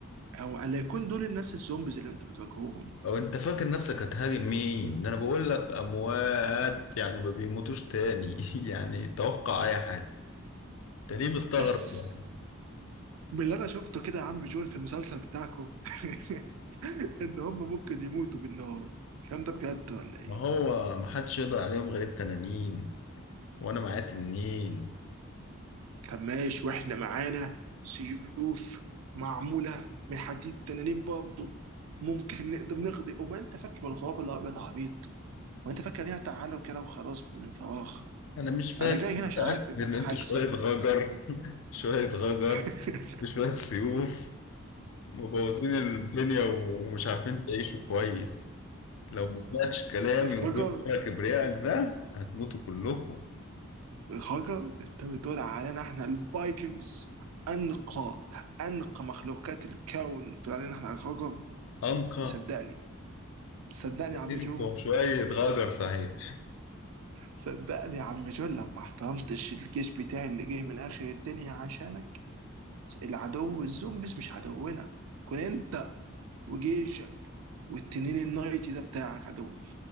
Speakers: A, on the right; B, on the left.
A: او الا يكون دول الناس الزومبيز اللي انتوا بتواجهوهم
B: لو انت فاكر نفسك هتهاجم مين ده انا بقول لك اموات يعني ما بيموتوش تاني <laughs> يعني توقع اي حاجة انت ليه مستغرب
A: بس
B: يعني
A: باللي انا شفته كده يا عم جون في المسلسل بتاعكم <laughs> ان هم ممكن يموتوا بالنار الكلام ده بجد ولا ايه
B: ما هو ما حدش يقدر عليهم غير التنانين وانا معايا تنين
A: طب ماشي واحنا معانا سيوف معموله من حديد تنانين برضه ممكن نقدر نقضي وما انت فاكر الغاب الابيض عبيط وانت فاكر ليها تعالى وكده وخلاص من فراغ
B: انا مش فاكر
A: انا جاي هنا
B: متأكد
A: عشان عارف ان
B: ان
A: انا
B: انتوا
A: هكسب
B: شوية غجر <laughs> شوية غجر
A: <laughs>
B: بشوية سيوف مبوظين الدنيا ومش عارفين تعيشوا كويس لو ما سمعتش كلامي
A: غجر
B: وفضلت بقى كبريائك ده هتموتوا كلكم
A: غجر انت بتقول علينا احنا الفايكنجز انقى انقى مخلوقات الكون تقول علينا احنا غجر
B: أنقى
A: صدقني صدقني
B: كبرتوا
A: يا عم جو
B: شوية غجر صحيح
A: صدقني يا عم جول لو ما احترمتش الجيش بتاعي اللي جه من اخر الدنيا عشانك العدو الزومبيز مش عدونا كن انت وجيشك والتنين النايتي ده بتاعك عدوي